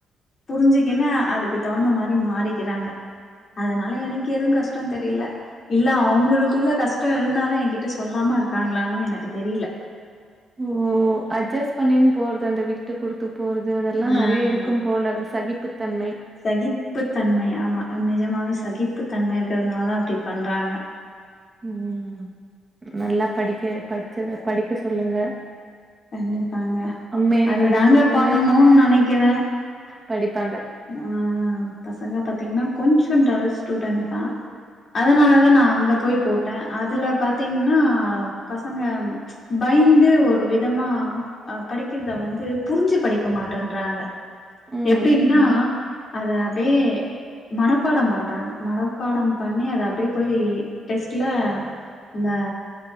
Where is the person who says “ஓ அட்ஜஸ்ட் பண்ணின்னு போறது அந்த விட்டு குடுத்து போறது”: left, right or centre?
Right